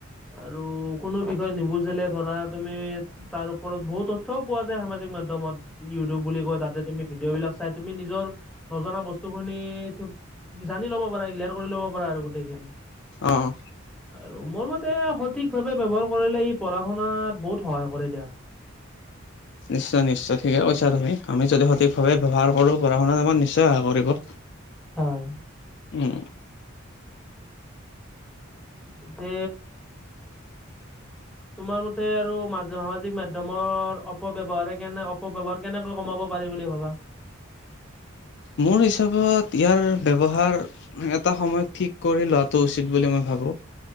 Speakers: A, in the centre; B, on the left.
A: আৰু কোনো বিষয় নুবুজিলে ধৰা তুমি- তাৰ ওপৰত বহু তথ্যও পোৱা যায় সামাজিক মাধ্যমত ই- টুব বুলি কয় তাতে তুমি ভিডিঅ' বিলাক চাই তুমি নিজৰ নজনা বস্তুখিনি- সেইটোত জানি ল'ব পাৰা ক্লিয়াৰ কৰি ল'ব পাৰা আৰু গোটেইখিনি।
B: অঁ'
A: আৰু মোৰ মতে সঠিকভাৱে ব্যৱহাৰ কৰিলে এই পঢ়া শুনাত বহুত সহায় কৰে দিয়া।
B: নিশ্চয় নিশ্চয়, ঠিকে কৈছা তুমি আমি যদি সঠিকভাৱে ব্যৱহাৰ কৰোঁ পঢ়া শুনাত আমাক নিশ্চয় সহায় কৰিব। <inaudible>
A: হয়।
B: উম'
A: পিছে তোমাৰ মতে আৰু মাজ- সামাজিক মাধ্যমৰ অপব্যৱহাৰ কেনে অপব্যৱহাৰ কেনেকৈ কমাব পাৰে বুলি ভাবা?
B: মোৰ হিচাপত ইয়াৰ ব্যৱহাৰ- এটা সময়ত ঠিক কৰি লোৱাটো উচিত বুলি মই ভাবো।